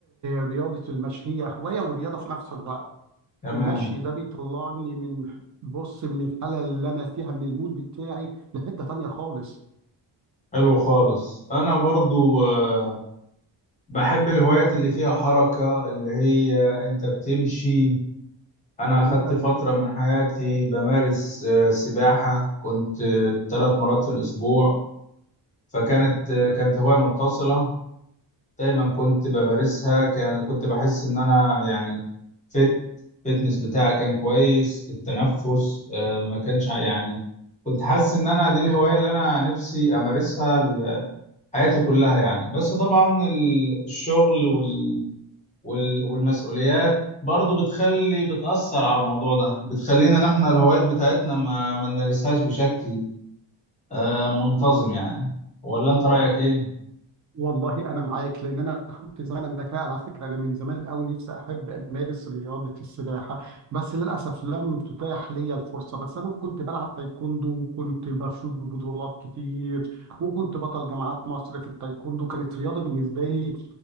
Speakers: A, on the right; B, on the left.
A: رياضه المشي هي هوايه ورياضه في نفس الوقت
B: تمام
A: المشي ده بيطلعني من بص من الحاله اللي انا فيها من المود بتاعي لحته تانيه خالص
B: حلو خالص انا برضو أه بحب الهوايات اللي فيها حركة اللي هي انت بتمشي انا
A: جميل
B: اخدت
A: قوي
B: فترة من حياتي بمارس أه سباحة كنت ثلاث مرات في الاسبوع فكانت أه كانت هواية متصلة دايما كنت بمارسها كان كنت بحس ان انا يعني فت فتنس بتاعي كان كويس التنفس آه، ما كانش ع- يعني كنت حاسس ان انا دي الهواية اللي انا نفسي امارسها ل- حياتي كلها يعني بس طبعا ال- الشغل وال وال والمسؤوليات برضو بتخلي بتأثر على الموضوع ده بتخلينا ان احنا الهوايات بتاعتنا ما ما نمارسهاش بشكل آه، منتظم يعني ولا انت رأيك ايه؟
A: والله انا معاك لان انا كنت زمان انا فعلا على فكره انا من زمان قوي نفسي احب امارس رياضه السباحه بس للاسف لم تتاح لي الفرصه بس انا كنت بلعب تايكوندو وكنت بفوز ببطولات كتير وكنت بطل جامعات مصر في التايكوندو كانت رياضه بالنسبه لي